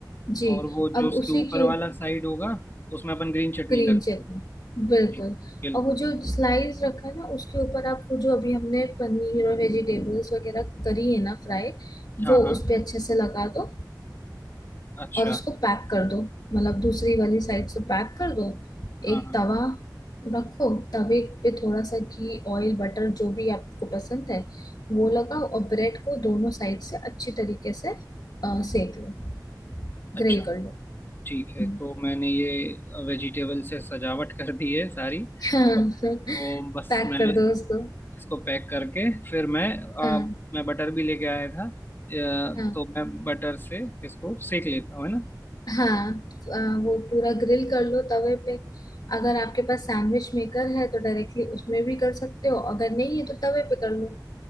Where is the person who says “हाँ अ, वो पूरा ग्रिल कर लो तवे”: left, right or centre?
Left